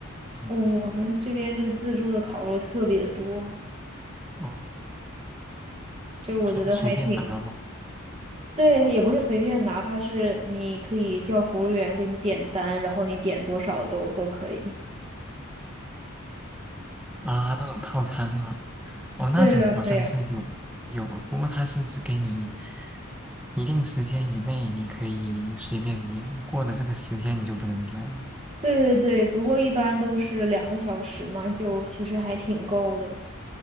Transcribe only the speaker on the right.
我我们这边就是自助的烤肉特别多。
就我觉得还挺，
对，也不是随便拿，它是你可以叫服务员给你点单，然后你点多少都都可以。
对呀，对呀，
对对对，不过一般都是两个小时嘛，就其实还挺够的